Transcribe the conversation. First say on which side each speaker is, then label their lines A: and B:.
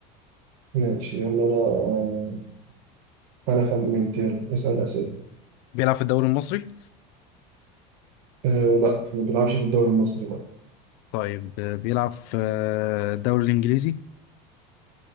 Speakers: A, on the right; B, on the left.
A: ماشي يلا أنا انا خالد منت يلا اسال اسئله
B: بيلعب في الدوري المصري
A: أه لا احنا ما بنلعبش في الدوري المصري لا
B: طيب آه، بيلعب في آه، الدوري الإنجليزي